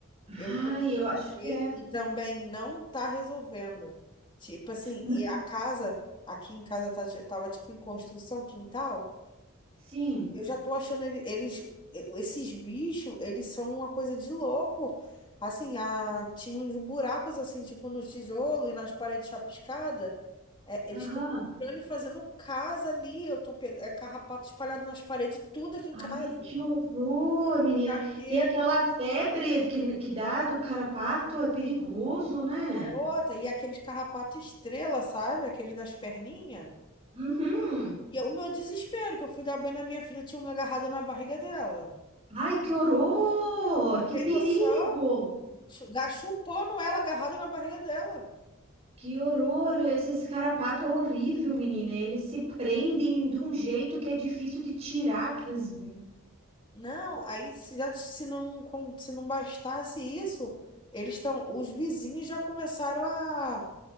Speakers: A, on the right (about 30°); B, on the left (about 25°).
A: Ai,
B: Eu comprei
A: eu acho que é.
B: e também não tá resolvendo. Tipo assim,
A: N-
B: e a casa, aqui em casa tá, ti- tava tipo em construção, quintal.
A: Sim.
B: Eu já tô achando ele- eles, esses bichos, eles são uma coisa de louco. Assim, a, tinha uns buracos assim, tipo no tijolo e nas paredes chapiscadas. É, eles
A: Aham.
B: estão entrando e fazendo casa ali. Eu tô pegando é, carrapato espalhado nas paredes, tudo aqui em
A: Ai,
B: casa.
A: que horror, menina.
B: Carteira,
A: Tem aquela febre que, que dá do carrapato, é perigoso, né?
B: garota, e aqueles carrapato estrela, sabe? Aqueles das perninhas.
A: Uhum.
B: E é o meu desespero, que eu fui dar banho na minha filha, tinha um agarrado na barriga dela.
A: Ai, que horror!
B: Não
A: Que
B: tem
A: perigo!
B: noção? Chu- ga- Chupando ela, agarrado na barriga dela.
A: Que horror! Esses carrapatos é horrível, menina. Eles se prendem de um jeito que é difícil de tirar. Aqueles...
B: Não, aí se já se não com- se não bastasse isso, eles estão, os vizinhos já começaram a,